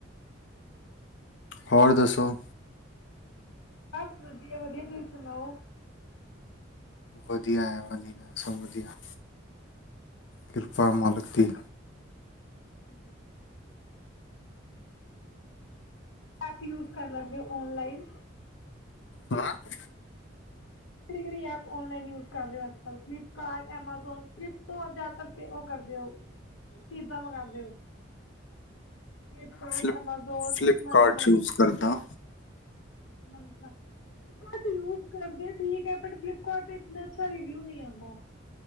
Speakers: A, on the left (about 65°); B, on the left (about 85°).
A: ਹੋਰ ਦੱਸੋ-
B: ਬਸ ਵਧੀਆ- ਵਧੀਆ ਤੁਸੀ ਸੁਣਾਓ
A: ਵਧੀਆ ਹੈ ਵਧੀਆ ਸਭ ਵਧੀਆ ਕਿਰਪਾ ਮਾਲਕ ਦੀ
B: ਹਮ ਐਪ ਯੂਜ ਕਰ ਲੈਂਦੇ ਔਨਲਾਈਨ
A: ਹਾਂ -
B: ਕਿਹੜੀ ਕਿਹੜੀ ਐਪ ਔਨਲਾਈਨ ਯੂਜ ਕਰ ਰਹੇ ਹੋ, ਐਪਲ, ਫਲਿਪਕਾਰਟ, ਐਮਾਜੋਨ, ਫਲਿਪ ਤੋਂ ਜ਼ਿਆਦਾ ਉਹ ਕਰਦੇ ਹੋ ਚੀਜ਼ਾਂ ਮੰਗਵਾਉਂਦੇ ਹੋ। ਫਲਿਪਕਾਰਟ,
A: ਫਲਿਪ
B: ਐਮਾਜੋਨ
A: ਫਲਿੱਪਕਾਰਟ
B: ਮਨਮੇਨ
A: ਯੂਜ ਕਰਦਾ
B: ਮੰਤਰਾ ਕਟ ਯੂਜ ਕਰਦੇ ਠੀਕ ਹੈ ਬਟ ਫਲਿੱਪਕਾਰ ਤੇ ਇੰਨਾ ਅਛਾ ਰਿਵਿਊ ਨ ਨਹੀ ਆਉਦਾ